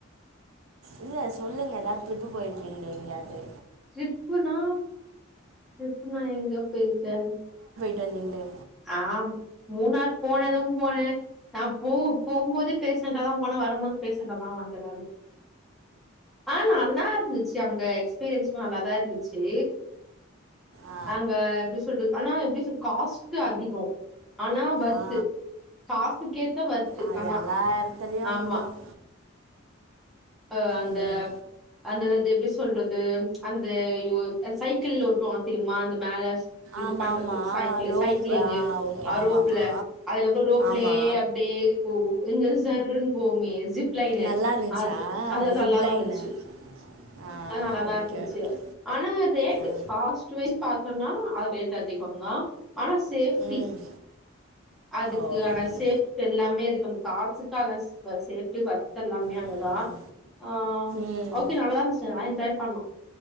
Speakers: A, on the right (about 80°); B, in the centre.
A: இல்ல சொல்லுங்க ஏதாது ட்ரிப்பு போய்ருக்கீங்ளே எங்யாது
B: ட்ரிப்புனா ட்ரிப் நா எங்க போய்ருக்கே
A: தெர்லிங்ளே
B: ஆம் மூணாறு போனது போன நா போ போமோதே பேசண்டா தா போன வரபோது பே சண்டா தா வந்தே நானு ஆ‌ நல்லா இருந்துச்சு அங்க எக்ஸ்பிரியன்ஸு நல்லா தா இருந்துச்சி
A: ஆ
B: அங்க எப்டி சொல்றது ஆனா எப்டி சொ காஸ்ட்டு அதிகோ ஆனா வர்த்து
A: ஆ
B: காசுக்கேத்த வர்த்து
A: ஆ
B: ஆனா
A: எல்லா இடத்துலயும் அப்படிதான்
B: ஆமா அ அந்த
A: ம்
B: அந்தந்த இது எப்டி சொல்றது அந்த ஐயோ சைக்கிள் ஓட்டுவாங்க தெரியுமா அந்த மேல இது
A: ஆமா
B: பண்றது
A: ஆமா
B: சைக்கிளு
A: ரோப்
B: சைக்கிளிங்கு
A: ஆ ஓகே
B: அ
A: ஆமாமா
B: ரோப்ல அதுக்கப்றோ ரோப்லயே
A: ஆமா
B: அப்டியே போவு இங்க இருந்து சர்ன்னு போவுமே ஜிப் லைனு
A: நல்லா இருந்துச்சா
B: அது அதெல்லா
A: ஜிப்லைனு
B: நல்லாதா இருந்துச்சு
A: ஆ
B: நல்லாதா
A: ஓகே
B: இருந்துச்சி
A: ஓகே
B: ஆனா ரேட்டு
A: ஆ
B: காஸ்ட் வைஸ் பாத்தோனா அது ரேட் அதிகோ தா ஆனா சேஃப்டி
A: ம்
B: அதுக்கு
A: ஓகே
B: ஆனா சேஃப் எல்லாமே அதுக்கு வந்து காசுக்காக வ சேப்டி வர்த் எல்லாமே அங்கதா
A: ம்
B: ஆ
A: ம்
B: ஓகே நல்ல தா இருந்துச்சி நா என்ஜாய் பண்ணோ